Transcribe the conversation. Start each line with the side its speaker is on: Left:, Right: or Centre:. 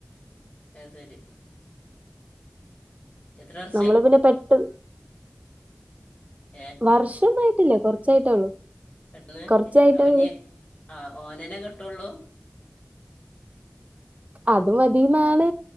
Left: അ ശരി എത്ര വർഷമായി
Right: നമ്മള് പിന്നെ പെട്ട-
Left: ഏ
Right: വർഷൊന്നായിട്ടില്ലേ കൊറച്ചായിട്ടേ ഉള്ളൂ
Left: പെട്ടന്ന്
Right: കുറച്ചായിട്ടേ
Left: അവ
Right: ഉള്ളൂ
Left: ആ ഓനനെ കെട്ടുള്ളു
Right: അത് മതിന്നാണ്